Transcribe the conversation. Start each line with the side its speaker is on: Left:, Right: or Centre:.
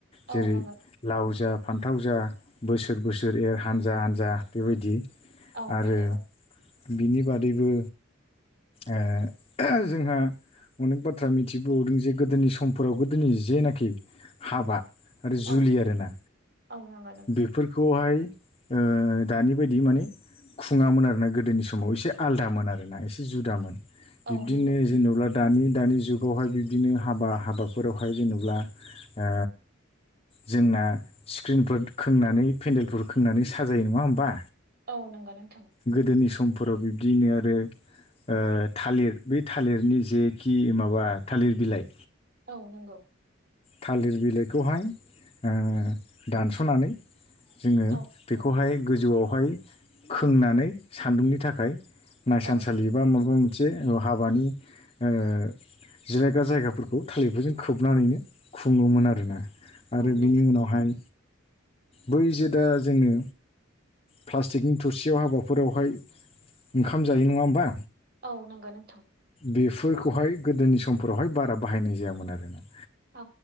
Right: औ
Left: जेरै
Right: नंगौ
Left: लावजा फान्थाव जा बोसोर बोसोर एर हानजा हानजा बेबायदि
Right: औ
Left: आरो
Right: नोंगौ
Left: बिनि बादैबो ओ जोंहा अनेक बाथ्रा मिथिबावदों जे गोदोनि समफोराव गोदोनि जेनाखि हाबा आरो
Right: औ
Left: जुलि
Right: नंगौ
Left: आरोना
Right: औ नंगौ नों
Left: बेफोरखौहाय ओ दानि बायदि माने खुङामोन आरोना गोदोनि समाव एसे आलदामोन आरोना एसे जुदामोन
Right: औ
Left: बिब्दिनो
Right: नंगौ
Left: जेनेबा दानि दानि जुगावहाय बिब्दिनो हाबा हाबाफोरावहाय जेनब्ला ओ जोंना स्क्रिनफोर खोंनानै पेन्देलफोर खोंनानै साजायो नङा होमबा?
Right: औ नंगौ नोंथां
Left: गोदोनि समफोराव बिब्दियैनो आरो ओ थालिर बे थालिरनि जेखि माबा थालिर बिलाइ
Right: औ नंगौ
Left: थालिर बिलाइखौहाय ओ दानसनानै जोङो
Right: औ
Left: बेखौहाय
Right: नंगौ
Left: गोजौआवहाय खोंनानै सान्दुंनि थाखाय नायसानसालि
Right: औ
Left: बा माबा मोनसे हाबानि ओ जिरायग्रा जायगाफोरखौ थालिरफोरजों खोबनानैनो खुङोमोन आरोना आरो
Right: नंगौ
Left: बिनि उनावहाय बै जो दा जोङो प्लास्टिकनि थोरसियाव हाबाफोरावहाय ओंखाम जायो नङा होमबा
Right: औ नोंगौ नोंथां
Left: बेफोरखौहाय गोदोनि समफोरावहाय बारा बाहायनाय जायामोन आरोनाओ
Right: औ